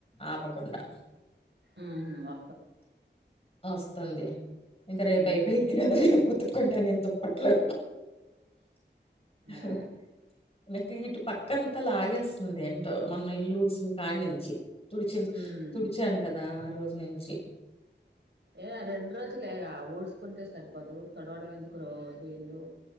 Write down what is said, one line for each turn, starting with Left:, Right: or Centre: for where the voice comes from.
Left: ఆపకుండా
Right: ఉహు ఇంగా
Left: వస్తుంది ఇంకా రేపు
Right: ఊహూ
Left: అయిపోయిద్ది కదా రేపు ఉతుకుంటా నిను దుప్పట్లు హ హ
Right: ఆ
Left: ఆహ నాకి దు పక్క అంతా లాగేస్తుంది ఏంటో మన ఇల్లు ఉడిసినకాడనించి తుడిచ
Right: హ్మ్
Left: తుడిచాను కదా ఆ రోజు నించి
Right: ఏ ఆ రెండు రోజులే గా ఊడ్చకుంటే సరిపోదు తుడవడం ఎందుకు రోజు ఇల్లు